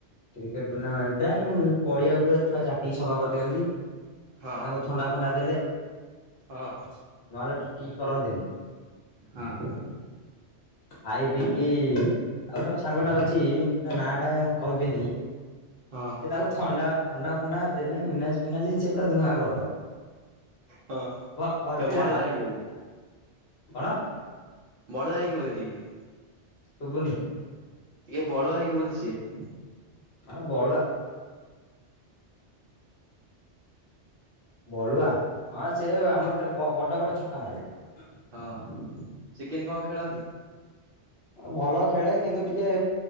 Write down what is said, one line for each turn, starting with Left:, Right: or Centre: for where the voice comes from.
Left: କ୍ରିକେଟ ଟୁର୍ଣ୍ଣାମେଣ୍ଟ ଟା ପଡ଼ିଆକୁ ଛୁଆ ଚାଟିକି ସଫା କରିଦିଅନ୍ତି।
Right: ହଁ
Left: ତାଙ୍କୁ ଥଣ୍ଡା ଫଣ୍ଡା ଦେଲେ ନହେଲେ
Right: ହଁ
Left: ଠକିକି କରନ୍ତିନି।
Right: ହଁ
Left: ଖାଇ ପିଇକି ଆଉ ଗୋଟ ସାଙ୍ଗ ଟା ଅଛି ତା ନା ଟା କହିବିନି
Right: ହଁ
Left: ସେ ତାକୁ ଥଣ୍ଡା ଥଣ୍ଡା ଫଣ୍ଡା ଦେଲେ ମିନାଜୀ ଫିନାଜି ସେ ପୁରା ଧୂଆଁ କରିଦବ।
Right: ହଁ
Left: ବ
Right: ଟିକେ
Left: ଭଲ ପିଲାଟା
Right: ବଳୁଆ ହେଇକି ବୋଧେ
Left: କଣ।
Right: ବଳୁଆ ହେଇକି ବୋଧେ ଟିକେ
Left: ଶୁଭୁନି
Right: ଟିକେ ବଳୁଆ ହେଇକି ବୋଧେ ସିଏ।
Left: ଆଉ ବଳୁଆ ବଳୁଆ ହଁ ସେ ଆମର ତ ବଡ ବଡ ଛକା ମାରିବ।
Right: ହଁ ସେ କେମତି କଣ ଖେଳନ୍ତି?
Left: ଭଲ ଖେଳେ କିନ୍ତୁ ଟିକେ